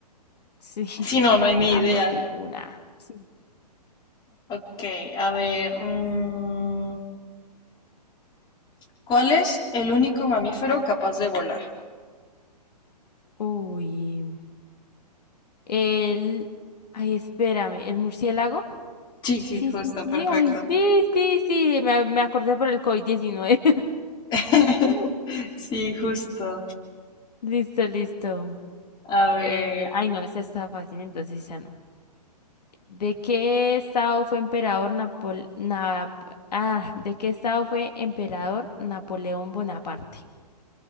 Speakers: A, on the left; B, on the left.
A: Sí. <laughs>
B: Sí, no, no hay ni
A: Ah,
B: idea.
A: por fin una. Sí.
B: Ok, a ver. mm, ¿cuál es el único mamífero capaz de volar?
A: Uy. El... Ay, espérame, ¿el murciélago?
B: Sí, sí,
A: Sí,
B: justo,
A: sí, sí,
B: perfecto.
A: sí, ay, sí, sí, sí, me, me acordé por el covid diecinueve
B: <laughs>
A: <laughs>
B: Sí, justo.
A: Listo, listo.
B: A ver,
A: Eh, ay, no, esa está fácil, entonces ya no. ¿De qué estado fue emperador Napol... Nap- Ah, ¿de qué estado fue emperador Napoleón Bonaparte?